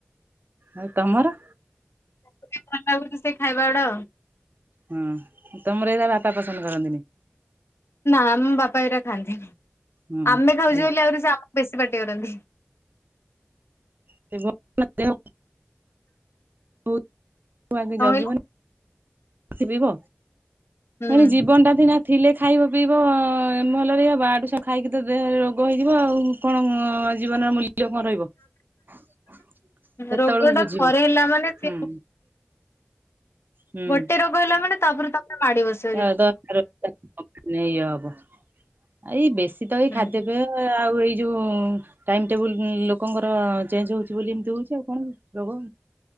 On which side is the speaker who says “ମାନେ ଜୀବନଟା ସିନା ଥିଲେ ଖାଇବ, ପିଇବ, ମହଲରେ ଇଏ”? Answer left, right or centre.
Right